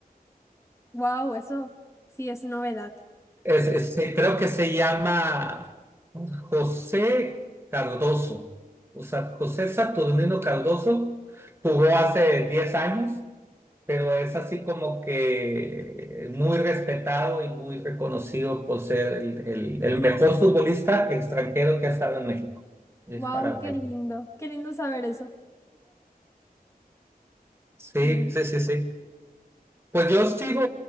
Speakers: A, on the left (about 20°); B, on the right (about 15°).
A: Wow, eso sí es novedad.
B: Es, es- se- creo que se llama José Cardoso. O sea, José Saturnino Cardoso jugó hace diez años pero es así como que muy respetado y muy reconocido por ser el, el- el mejor futbolista extranjero que ha estado en México. Es
A: Wow,
B: paraguayo.
A: qué lindo. Qué lindo saber eso.
B: Sí,
A: Sí.
B: sí, sí, sí. Pues yo sigo